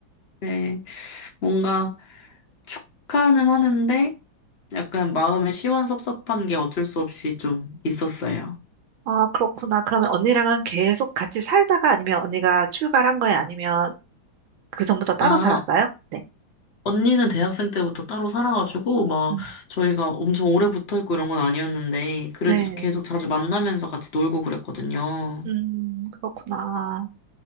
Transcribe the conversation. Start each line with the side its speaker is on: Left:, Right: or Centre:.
Left: 네, 뭔가, 축하는 하는데 약간 마음에 시원섭섭한 게 어쩔 수 없이 좀 있었어요.
Right: 아, 그렇구나. 그러면 언니랑은 계속 같이 살다가 아니면 언니가 출가한 거예요? 아니면 그 전부터 따로
Left: 아,
Right: 살았어요? 네.
Left: 언니는 대학생 때부터 따로 살아가지고 막
Right: 음,
Left: 저희가 엄청 오래 붙어 있고 이런 건 아니었는데 그래도
Right: 네.
Left: 계속 자주 만나면서 같이 놀고 그랬거든요.
Right: 음, 그렇구나.